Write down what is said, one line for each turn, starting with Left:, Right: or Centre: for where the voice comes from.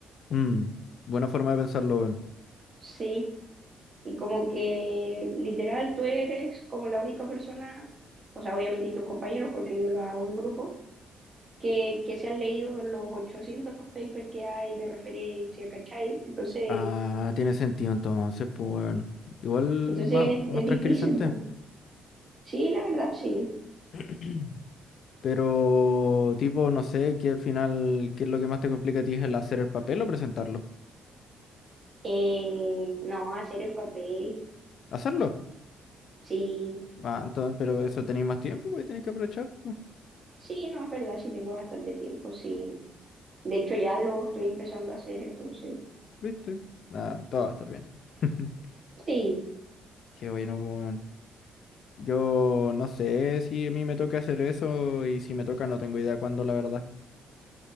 Left: Mm, buena forma de pensarlo, weón.
Right: Sí, y como que literal tú eres como la única persona, o sea, obviamente y tus compañeros, porque yo lo hago en grupo, que, que se han leído los 800 papers que hay de referencia, ¿cachai? Entonces,
Left: Ah, tiene sentido entonces, pues, weón. Igual
Right: entonces
Left: más, más
Right: es
Left: tranquilizante.
Right: difícil, po. Sí, la verdad, sí.
Left: <clears throat> Pero, tipo, no sé, que al final, ¿qué es lo que más te complica a ti? ¿Es el hacer el papel o presentarlo?
Right: Eh, no, hacer el papel,
Left: ¿Hacerlo?
Right: sí,
Left: Ah, entonces, pero eso tenéis más tiempo, pues tenéis que aprovechar, pues,
Right: sí, no, es verdad, sí tengo bastante tiempo, sí. De hecho, ya lo estoy empezando a hacer, entonces,
Left: ¿viste? Ah, todo va a estar bien. <laughs>
Right: sí.
Left: Qué bueno, pues. Yo no sé si a mí me toca hacer eso y si me toca no tengo idea cuándo, la verdad.